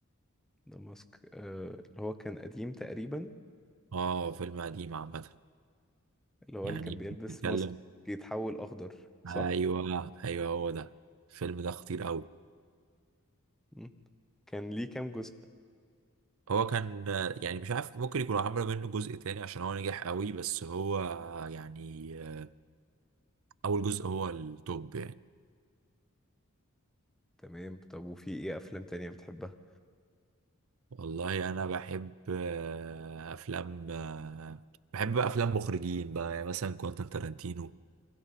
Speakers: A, in the centre; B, on the right.
A: ده ماسك آه، اللي هو كان قديم تقريبا
B: آه فيلم قديم عامة
A: اللي هو
B: يعني
A: اللي كان بيلبس
B: بتتكلم
A: ماسك يتحول اخضر صح
B: أيوه أيوه هو ده الفيلم ده خطير أوي
A: م. كان ليه كام جزء
B: هو كان آه، يعني مش عارف ممكن يكونوا عملوا منه جزء تاني عشان هو نجح قوي بس هو آه، يعني آه، أول جزء هو التوب يعني
A: تمام طب وفي ايه افلام تانية بتحبها
B: والله انا بحب آه، افلام آه، بحب بقى افلام مخرجين بقى يعني مثلا كوانتين تارانتينو